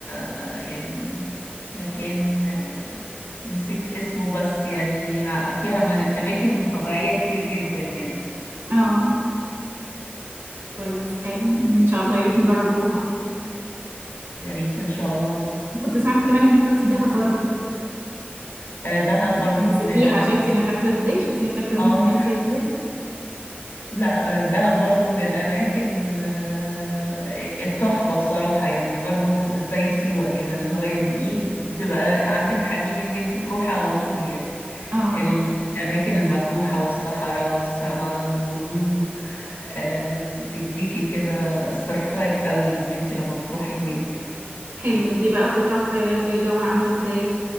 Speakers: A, on the left (about 80°); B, on the right (about 90°).
A: آه، يعني مكان آه، نسيت اسمه بس يعني ع- فيها من- اماكن طبيعيه كتير جدا يعني
B: اه كويس حلو ان شاء الله يا ريت نجربوها
A: يا ريت ان شاء الله
B: كنت سمعت كمان انك رحتي دهب برضه
A: آه، دهب برضو
B: نسيتيها
A: من الاماكن
B: شفتي انا فاكره ازاي شفتي انا فاكره
A: اه
B: وانت ناسيه ازاي
A: لا دهب برضه من الأماكن آه، التحفة بصراحة يعني برضه زي سيوة كده اللي هو يعني ايه بتبقى عندك حنين ان انتي تروحي على طول يعني
B: اه
A: الأماكن المفتوحة والصحراء والسماء والنجوم آه، بيديكي كده استرخاء قوي ان انتي لما بتروحي هناك
B: حلو دي بقى بتطرح في في جو عامل ازاي